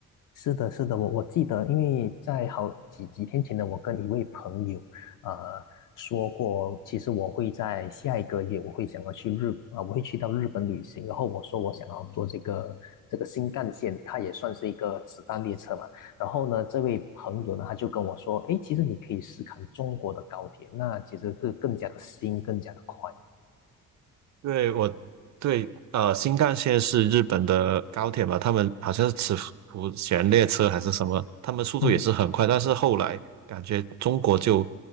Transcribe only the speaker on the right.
对我对呃新干线是日本的高铁嘛，他们好像是磁浮悬列车还是什么，他们速度也是很快，
但是后来感觉中国就